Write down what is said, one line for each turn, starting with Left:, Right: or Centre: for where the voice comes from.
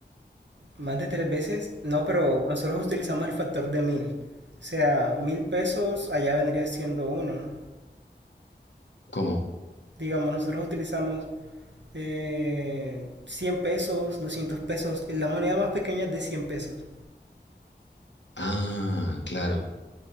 Right: más de tres veces. No, pero nosotros utilizamos el factor de 1.000. O sea, 1.000 pesos allá vendría siendo uno.
Left: ¿Cómo?
Right: Digamos, nosotros utilizamos eh, 100 pesos, 200 pesos. La moneda más pequeña es de cien pesos.
Left: Ah, claro,